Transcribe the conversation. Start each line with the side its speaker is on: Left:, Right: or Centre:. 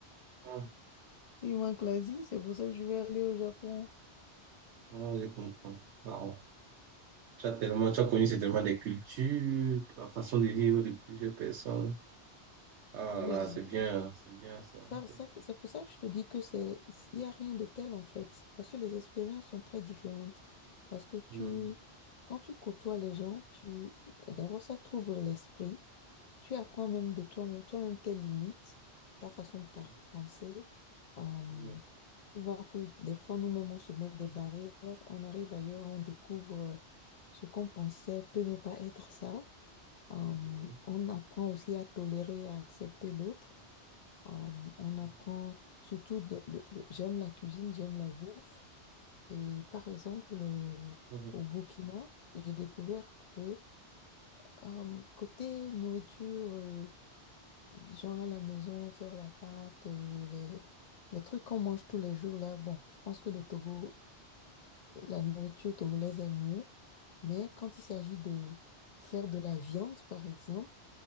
Right: Ah,
Left: Il manque l'Asie, c'est pour ça que je vais aller au Japon.
Right: non, je comprends. Wow. Tu as tellement, tu as connu certainement des cultures, la façon de vivre de plusieurs personnes. Ah
Left: Oui,
Right: là, là, c'est bien, c'est bien ça.
Left: ça, ça,
Right: C'est-
Left: c'est pour ça que je te dis que c'est, il n'y a rien de tel en fait, parce que les expériences sont très différentes. Parce que tu,
Right: Hum,
Left: quand tu côtoies les gens, tu, d'abord ça t'ouvre l'esprit, tu apprends même de toi-même, toi-même tes limites, ta façon de par-
Right: Oui,
Left: penser. Euh,
Right: hum,
Left: tu vois que des fois nous-mêmes on se met des barrières, on arrive ailleurs, on découvre ce qu'on pensait peut ne pas être ça. Euh,
Right: oui,
Left: on apprend aussi à tolérer et à accepter l'autre. Euh, on
Right: hum,
Left: apprend surtout, de- le- le- j'aime la cuisine, j'aime la bouffe. Et par exemple, euh,
Right: hum,
Left: au Burkina, j'ai découvert que euh, côté nourriture, euh, genre à la maison, faire la pâte, euh, les, les trucs qu'on mange tous les jours là, bon, je pense que le Togo, la nourriture togolaise est mieux. Mais quand il s'agit de faire de la viande, par exemple,